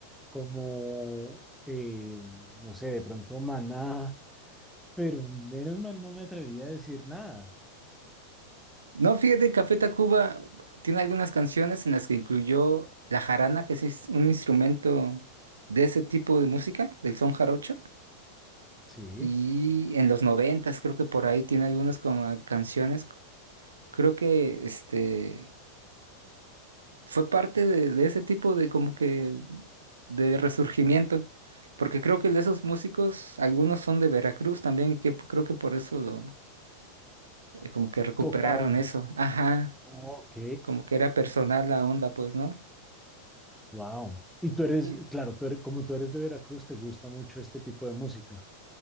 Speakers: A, in the centre; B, on the right.
A: como, eh, no sé, de pronto Maná, pero menos mal no me atreví a decir nada.
B: No, fíjate, Café Tacuba tiene algunas canciones en las que incluyó la jarana, que es is- un instrumento de ese tipo de música, del son jarocho.
A: Sí,
B: Y en los noventas creo que por ahí tiene algunas como canciones. Creo que este fue parte de, de ese tipo de como que de resurgimiento, porque creo que de esos músicos, algunos son de Veracruz también, que p- creo que por eso lo, eh, como que recuperaron
A: tocaban.
B: eso, ajá,
A: Ok,
B: como que era personal la onda, pues, ¿no?
A: Wow. Y tú eres,
B: Y
A: claro, tú eres, como tú eres de Veracruz, te gusta mucho este tipo de música.